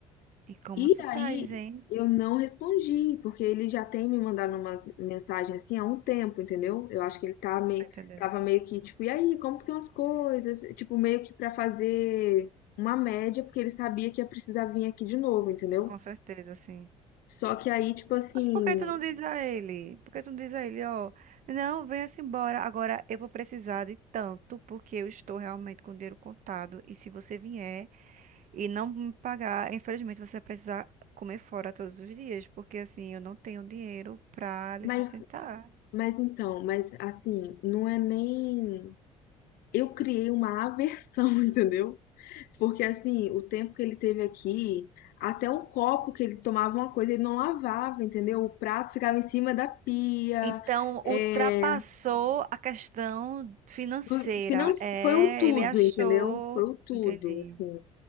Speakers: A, on the right; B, on the left.
A: E como
B: E
A: tu
B: aí,
A: estás, hein?
B: eu não respondi, porque ele já tem me mandado umas mensagens assim há um tempo, entendeu? Eu acho que ele tá me,
A: Tá entendendo?
B: tava meio que, tipo, e aí, como que estão as coisas? Tipo, meio que para fazer uma média, porque ele sabia que ia precisar vir aqui de novo, entendeu?
A: Com certeza, sim.
B: Só que aí, tipo assim,
A: Mas por que tu não diz a ele? Por que tu não diz a ele, ó, não, venha-se embora. Agora eu vou precisar de tanto, porque eu estou realmente com o dinheiro contado. E se você vier e não me pagar, infelizmente você vai precisar comer fora todos os dias, porque assim eu não tenho dinheiro pra lhe
B: mas,
A: sustentar.
B: mas então, mas assim, não é nem. eu criei uma aversão, <laughs> entendeu? Porque assim, o tempo que ele teve aqui, até o copo que ele tomava uma coisa, ele não lavava, entendeu? O prato ficava em cima da pia.
A: Então,
B: É,
A: ultrapassou a questão financeira.
B: do- finan-
A: É,
B: foi o tudo,
A: ele achou.
B: entendeu? Foi o tudo,
A: Entendi.
B: assim.